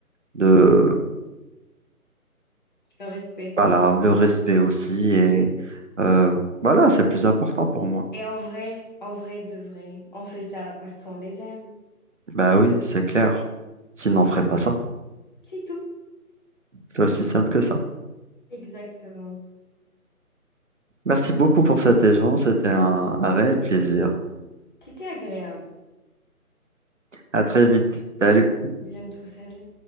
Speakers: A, on the right; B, on the left.
A: de,
B: le respect.
A: voilà, le respect aussi. Et euh, voilà, c'est le plus important pour moi.
B: Et en vrai, en vrai de vrai, on fait ça parce qu'on les aime.
A: Ben oui, c'est clair. Sinon, on ferait pas ça.
B: C'est tout.
A: C'est aussi simple que ça.
B: Exactement.
A: Merci beaucoup pour cet échange. C'était un un réel plaisir.
B: C'était agréable.
A: À très vite. Salut.
B: À bientôt, salut.